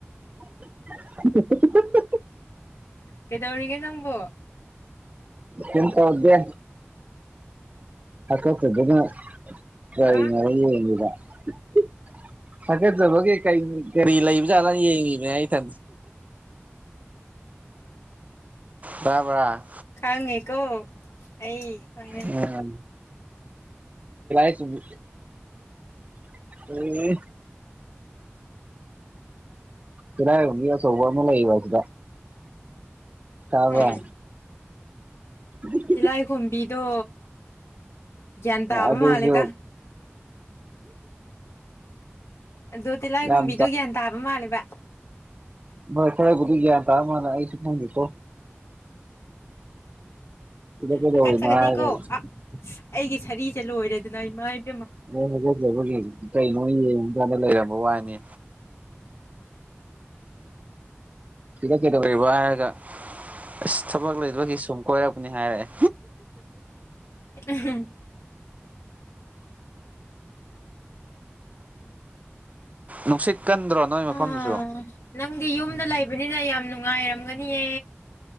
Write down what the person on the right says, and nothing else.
<unintelligible>
ꯀꯩꯝꯇꯧꯗꯦ <unintelligible>
ꯊꯒꯠꯆꯕꯒꯦ ꯀꯔꯤ ꯀꯔꯤ ꯂꯩꯕꯖꯥꯠꯅ ꯌꯦꯡꯉꯅꯦ ꯑꯩꯇ ꯇꯥꯕ꯭ꯔ
ꯎꯝ <unintelligible> <unintelligible> ꯁꯤꯗꯥꯏ ꯁꯣ ꯋꯥ ꯑꯃ ꯂꯩ ꯋꯥꯁꯤꯗ ꯇꯥꯕ꯭ꯔ
ꯑꯗꯨ
ꯑꯗꯨꯁꯨ
ꯌꯥꯝ
ꯃꯈꯣꯢꯒꯤꯗꯤ ꯒꯌꯤꯟ ꯇꯥꯕ ꯃꯥꯟꯅ ꯑꯩ ꯁꯨꯈꯪꯗꯦꯀꯣ ꯁꯤꯗ ꯀꯩꯗꯧꯔꯤꯅꯣ
ꯍꯥꯏꯔꯒ
ꯑꯦ ꯍꯧꯖꯤꯛꯁꯦ ꯍꯧꯖꯤꯛ ꯀꯩꯅꯣ ꯌꯦꯡꯉꯀꯥꯟꯗ ꯂꯩꯔꯝꯕ ꯋꯥꯅꯦ ꯀꯗ ꯀꯩꯗꯧꯔꯤꯕ ꯍꯥꯏꯔꯒ ꯑꯁ ꯊꯕꯛ ꯂꯩꯕꯒꯤ ꯁꯨꯝ ꯀꯣꯏꯔꯛꯄꯅꯤ ꯍꯥꯏꯔꯛꯑꯦ
ꯅꯨꯡꯁꯤꯠ ꯀꯟꯗ꯭ꯔꯣ ꯅꯣꯏ ꯃꯐꯝꯗꯨꯁꯨ